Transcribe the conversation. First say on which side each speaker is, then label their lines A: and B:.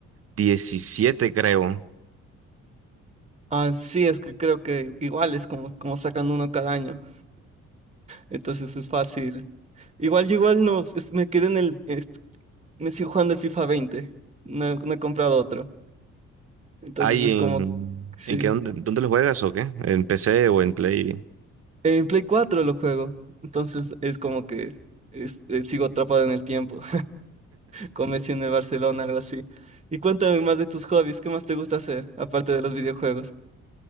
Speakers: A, on the right (about 50°); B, on the right (about 20°).
A: diecisiete creo.
B: Ah, sí, es que creo que igual es como, como sacan uno cada año. Entonces es fácil. Igual yo igual no, es- me quedé en el, es- me sigo jugando el FIFA veinte, No, no he comprado otro. Entonces
A: Ay,
B: es
A: ¿en,
B: como, sí.
A: en qué, dónde, dónde lo juegas o qué? ¿En PC o en Play?
B: En Play 4 lo juego. Entonces es como que este, sigo atrapado en el tiempo. con Messi en el Barcelona, algo así. Y cuéntame más de tus hobbies, ¿qué más te gusta hacer, aparte de los videojuegos?